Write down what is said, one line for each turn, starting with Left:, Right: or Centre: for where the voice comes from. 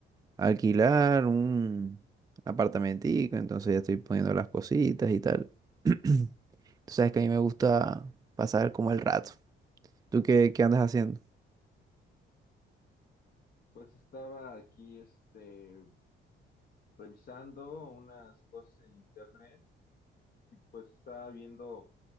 Right: alquilar un apartamentico, entonces ya estoy poniendo las cositas y tal. <clears throat> Tú sabes que a mí me gusta pasar como el rato. ¿Tú qué, qué andas haciendo?
Left: Pues estaba aquí, este, revisando unas cosas en internet y pues estaba viendo